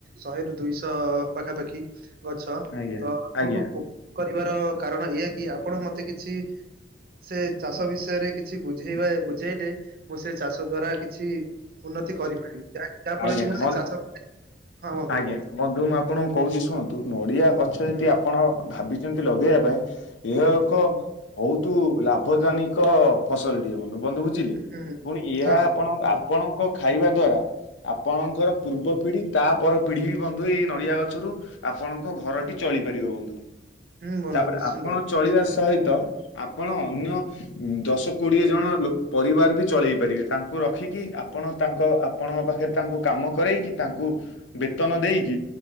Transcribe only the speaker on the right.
ଶହେରୁୁ ଦୁଇଶହ ପାଖାପାଖି ଖି ଗଛ
ତ ଆପଣ
<unintelligible> କ କରିବାର। କାରଣ ଏଇଆ କି, ଆପଣ ମତେ କିଛି ସେ ଚାଷ ବିଷୟରେ କିଛି ବୁଝେଇବା ବୁଝେଇଲେ। ମୁଁ ସେ ଚାଷ ଦ୍ଵାରା କିଛି ଉନ୍ନତି କରିପାରିବି। ଯାହାକି ଯାହା ଫଳରେ
କି ମୁଁ
ସେ ଚାଷ <unintelligible> ବନ୍ଧୁ
କୁହନ୍ତୁ।
ହୁଁ
ହୁଁ
ହୁଁ
ହଁ
ବନ୍ଧୁ।
ହୁଁ ବନ୍ଧୁ
ନିଶ୍ଚିନ୍ତ